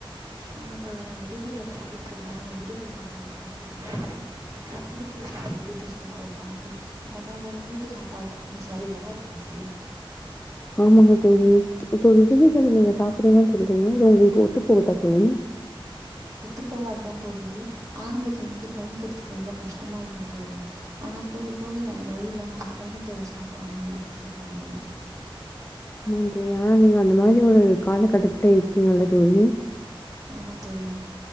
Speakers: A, on the right; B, on the left.
A: ஆமா தோழி நா விடுதில தங்கி இருக்கிறதுனால விடுதி சாப்பாடு சாப்ட்டு தா ஆகணு புடிக்கல தோழி விடுதி சாப்பாடு சாப்ட்டு என்னதா இருந்தாலு வீட்டு சாப்பாடு சாப்பற மாரி வராதுல தோழி
B: ஆமாங்க தோழி இப்போ விடுதிகள் நீங்க சாப்றீங்கன் சொல்றீங்க இது ஒங்களுக்கு ஒத்து போகுதா தோழி
A: ஒத்து போவாத்தா தோழி ஆரம்பத்துல இந்து பழகுறதுக்கு ரொம்ப கஷ்டமா இருக்கு தோழி ஆனா போக போக வேற வழி இல்லாம அதுதான தோழி சாப்டாகனு விடுதி சாப்பாடு தான
B: ஆமாங்க தோழி ஆனா நீங்க அந்த மாரி ஒரு காலகட்டத்துல இருக்கீங்கல்ல தோழி
A: ஆமா தோழி